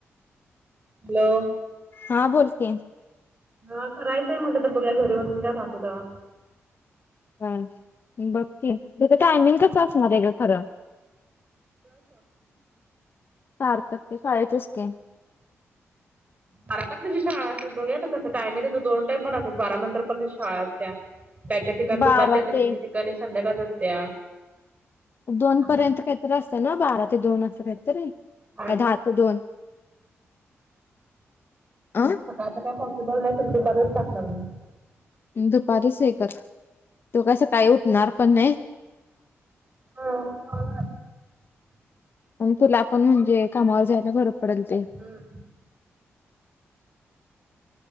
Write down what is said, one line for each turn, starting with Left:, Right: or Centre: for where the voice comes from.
Right: हॅलो
Left: हा बोल की
Right: ह करायचंय म्हटल तर बघुया घरी बसून काय भागतय तेव्हा.
Left: हाय. बघ की,, त्याच टायमिंग कसं असणार आहे गं खरं? सार्थक ते शाळेचच की.
Right: बारा पण तूझी शाळा असते, बघूया आता कसं काय,, म्हणजे त्याचं दोन टाइम पण असतात, बारा नंतर पण शाळा असत्या काय काय ठिकाणी
Left: बारा
Right: दुपारची आसत्या,
Left: ते
Right: काय काय ठिकाणी संध्याकाळचं असत्या.
Left: दोन
Right: असं
Left: पर्यंत काहीतरी असते ना बारा ते दोन असं काहीतरी.
Right: <unintelligible> आता
Left: काय दहा ते दोन अ
Right: काय पॉसिबल नाही तला दुपारचच टाकणार मी.
Left: हम्म दुपारीच हे कर,, तो काय सकाळी उठणार पण नाही.
Right: हां हां.
Left: आणी तुला पण म्हणजे कामावर जायला बरं पडल ते.
Right: हम्म.